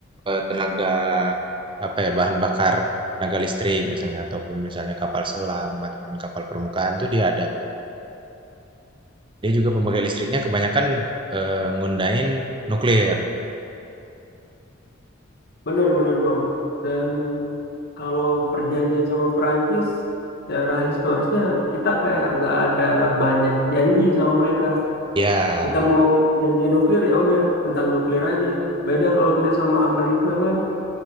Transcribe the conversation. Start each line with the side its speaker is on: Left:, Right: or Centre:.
Right: eh, tenaga apa ya bahan bakar tenaga listrik misalnya ataupun misalnya kapal selam ataupun kapal permukaan itu dia ada bang. Dia juga pemakai listriknya kebanyakan eh, ngundahin nuklir.
Left: Benar-benar Bang. Dan kalau perjanjian sama Perancis, secara historisnya kita kayak nggak ada banyak janji sama mereka.
Right: Ya,
Left: Kita mau perjanjian nuklir ya udah tentang nuklir aja. Beda kalau kita sama Amerika kan,